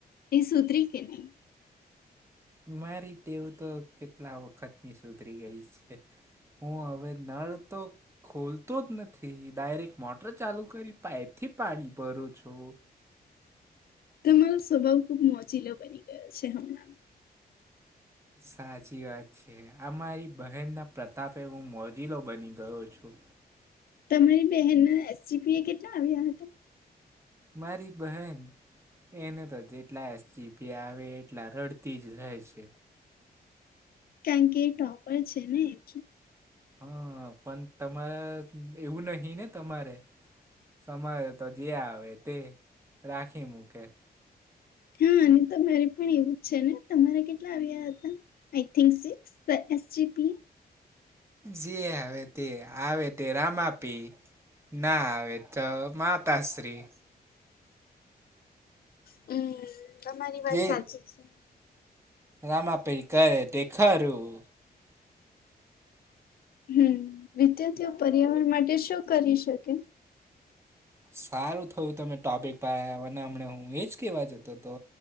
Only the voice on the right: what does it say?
મારી ટેવું તો કેટલા વખતની સુધરી ગઈ છે. હું, હવે નળ તો ખોલતો જ નથી ડાયરેક્ટ મોટર ચાલુ, કરી પાઈપ થી પાણી ભરોું છું.
સાચી વાત છે, આ મારી બહેનના પ્રતાપે હું મોરીલો બની ગયો છુ.
મારી બહેન એને તો જેટલા ચીબી આવે એટલા રડતી જ રહે છે.
હા, પણ તમારે એવું નહી, ને તમારે તમારે તો જે આવે તે રાખી મૂકે
જે હવે તે આવે તે રામાપી ના હ તો માતાશ્રી
જે
રામાપીર કરે તે ખરું
સારું થયું તમે ટોપિક પા અને હમ, હું એજ કેવા જતો હતો